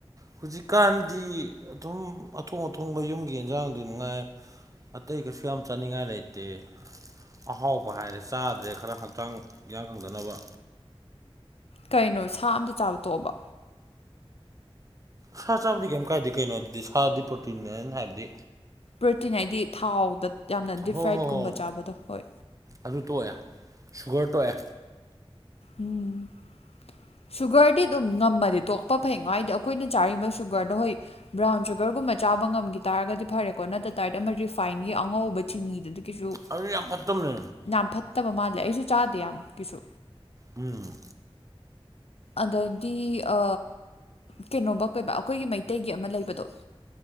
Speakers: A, on the right; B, on the left.
A: ꯍꯧꯖꯤꯛꯀꯥꯟꯗꯤ ꯑꯗꯨꯝ ꯑꯊꯣꯡ ꯑꯊꯣꯡꯕ ꯌꯨꯝꯒꯤ ꯑꯦꯟꯖꯥꯡꯗꯨ ꯃꯉꯥꯏ ꯑꯇꯩ ꯀꯩꯁꯨ ꯌꯥꯝ ꯆꯥꯅꯤꯡꯉꯥꯏ ꯂꯩꯇꯦ ꯑꯍꯥꯎꯕ ꯍꯥꯏꯔꯦ ꯆꯥꯗ꯭ꯔꯦ ꯈꯔ ꯍꯛꯆꯥꯡ ꯌꯥꯡ ꯀꯪꯗꯅꯕ
B: ꯀꯩꯅꯣ ꯁꯥ ꯑꯝꯇ ꯆꯥꯕ ꯇꯣꯛꯑꯣꯕꯣ
A: ꯁꯥ ꯆꯥꯕꯗꯤ ꯀꯩꯝ ꯀꯥꯏꯗꯦ ꯀꯩꯅꯣ ꯑꯗꯨꯗꯤ ꯁꯥꯗꯤ ꯄ꯭ꯔꯣꯇꯤꯟꯅꯦ ꯑꯩꯅ ꯍꯥꯏꯕꯗꯤ
B: ꯄ꯭ꯔꯣꯇꯤꯟ ꯍꯥꯏꯗꯤ ꯊꯥꯎꯗ ꯌꯥꯝꯅ ꯗꯤꯐ
A: ꯍꯣꯏ
B: ꯐ꯭ꯔꯥꯏꯠꯀꯨꯝꯕ
A: ꯍꯣꯏ ꯍꯣꯏ
B: ꯆꯥꯕꯗꯣ ꯍꯣꯏ
A: ꯑꯗꯨ ꯇꯣꯛꯑꯦ ꯁꯨꯒꯔ ꯇꯣꯛꯑꯦ
B: ꯎꯝ ꯁꯨꯒꯔꯗꯤ ꯑꯗꯨꯝ ꯉꯝꯃꯗꯤ ꯇꯣꯛꯄ ꯐꯩꯉꯣ ꯍꯥꯏꯗꯤ ꯑꯩꯈꯣꯏꯅ ꯆꯥꯔꯤꯕ ꯁꯨꯒꯔꯗꯣ ꯍꯣꯏ ꯕ꯭ꯔꯥꯎꯟ ꯁꯨꯒꯔꯒꯨꯝꯕ ꯆꯥꯕ ꯉꯝꯒꯤ ꯇꯥꯔꯒꯗꯤ ꯐꯔꯦꯀꯣ ꯅꯠꯇ ꯇꯥꯔꯗꯤ ꯑꯃ ꯔꯤꯐꯥꯏꯟꯒꯤ ꯑꯉꯧꯕ ꯆꯤꯅꯤꯗꯨꯗꯤ ꯀꯩꯁꯨ
A: ꯑꯗꯨꯗꯤ ꯌꯥꯝ ꯐꯠꯇꯝꯅꯦ
B: ꯌꯥꯝ ꯐꯠꯇꯕ ꯃꯥꯜꯂꯦ ꯑꯩꯁꯨ ꯆꯥꯗꯦ ꯌꯥꯝ ꯀꯩꯁꯨ
A: ꯎꯝ
B: ꯑꯗꯩꯗꯤ ꯑ ꯀꯩꯅꯣꯕ ꯀꯣꯏꯕ ꯑꯩꯈꯣꯏꯒꯤ ꯃꯩꯇꯩꯒꯤ ꯑꯃ ꯂꯩꯕꯗꯣ